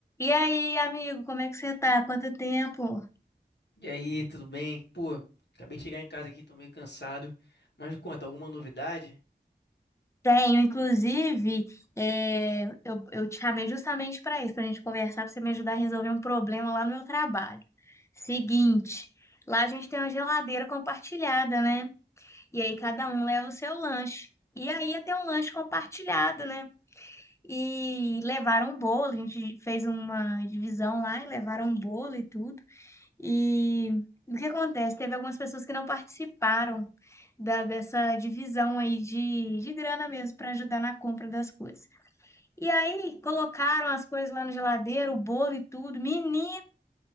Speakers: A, on the left; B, on the left.
A: E aí, amigo, como é que você tá? Quanto tempo?
B: E aí, tudo bem? Pô, acabei de chegar em casa aqui, tô meio cansado. Mas me conta, alguma novidade?
A: Tenho, inclusive, é, eu, eu te chamei justamente para isso, para a gente conversar, para você me ajudar a resolver um problema lá no meu trabalho. Seguinte, lá a gente tem uma geladeira compartilhada, né? E aí cada um leva o seu lanche. E aí ia ter um lanche compartilhado, né? E levaram um bolo, a gente fez uma divisão lá e levaram um bolo e tudo. E o que acontece? Teve algumas pessoas que não participaram da, dessa divisão aí de, de grana mesmo para ajudar na compra das coisas. E aí colocaram as coisas lá na geladeira, o bolo e tudo. Menino,